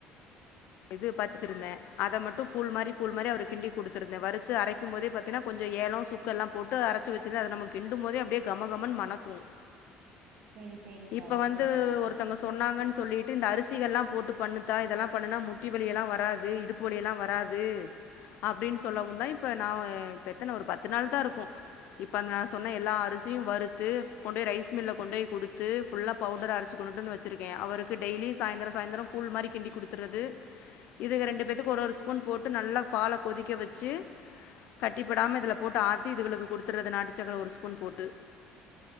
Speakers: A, on the left (about 60°); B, on the right (about 55°).
A: இது பச்சிருந்தேன் அத மட்டும் கூழ் மாரி கூழ் மாரி அவரு கிண்டி குடுடுத்திருந்தேன் வறுத்து அரக்கும் போதே பாத்தீன்னா கொஞ்சம் ஏலம் சுக்கு எல்லாம் போட்டு அரச்சு வச்சிருந்தேன் அத நம்ம கிண்டும் போதே அப்டியே கமகமன் மணக்கும்
B: சேரி சேரிக்கா
A: இப்ப
B: ஓகேக்கா
A: வந்து
B: ஓகே
A: ஒருத்தங்க சொன்னாங்கன்னு சொல்லிட்டு இந்த அரிசிகள்லாம் போட்டு பண்ணுத்தா இதெல்லாம் பண்ணுனா முட்டி வலியெல்லாம் வராது இடுப்பு வலியெல்லாம் வராது அப்படின்னு சொல்லவும் தான் இப்போ நான் பெத்தனை ஒரு பத்து நாள் தான் இருக்கும் இப்போ அந்த நான் சொன்ன எல்லா அரிசியும் வறுத்து கொண்டு போய் ரைஸ் மில்ல கொண்டு போய் கொடுத்து ஃபுல்லா பவுடர் அரச்சு கொண்டுட்டு வந்து வச்சிருக்கேன் அவருக்கு டெய்லி சாயந்தரம் சாய்ந்தரம் கூழ் மாரி கிண்டி குடுத்துறது இதுக ரெண்டு பேத்துக்கு ஒரு ஒரு ஸ்பூன் போட்டு நல்லா பால கொதிக்க வச்சு கட்டிப்படாம இதுல போட்டு ஆத்தி இதுகளுக்கு குடுத்துடுறது நாட்டுச்சக்கர ஒரு ஸ்பூன் போட்டு